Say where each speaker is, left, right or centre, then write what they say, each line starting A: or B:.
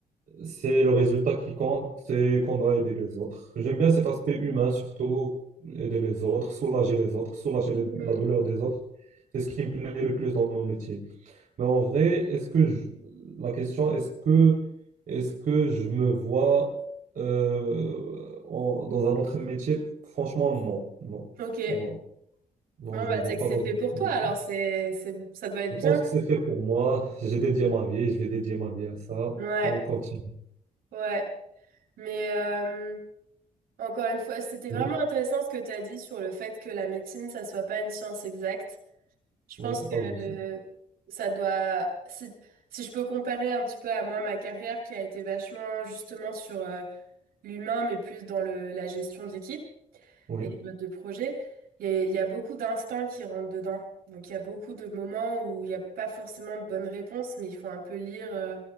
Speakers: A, on the right (about 65°); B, on the right (about 85°).
A: c'est le résultat qui compte, c'est qu'on doit aider les autres. J'aime bien cet aspect humain, surtout aider les autres, soulager les autres, soulager
B: Hmm.
A: les- la douleur des autres. C'est ce qui me plaît le plus dans mon métier. Mais en vrai, est-ce que je- la question, est-ce que, est-ce que je me vois euh, en- dans un autre métier? Franchement, non, non,
B: Ok.
A: non, non,
B: Bon,
A: je
B: bah,
A: me vois
B: c'est que
A: pas
B: c'est
A: dans un
B: fait
A: autre
B: pour toi,
A: métier.
B: alors c'est, c'est... ça doit être
A: Je
B: bien.
A: pense que c'est fait pour moi. <laughs> J'ai dédié ma vie, je vais dédier ma vie à ça
B: Ouais.
A: et on continue.
B: Ouais. Mais euh, encore une fois, c'était vraiment
A: Oui,
B: intéressant ce que tu as dit sur le fait que la médecine, ça soit pas une science exacte. Je pense
A: oui, c'est
B: que
A: pas de souci.
B: euh, ça doit. Si, si je peux comparer un petit peu à moi ma carrière qui a été vachement justement sur euh, l'humain, mais plus dans le, la gestion d'équipe
A: Oui,
B: et les modes de projet, il y a, il y a beaucoup d'instincts qui rentrent dedans. Donc, il y a beaucoup de moments où il n'y a pas forcément de bonne réponse, mais il faut un peu lire euh,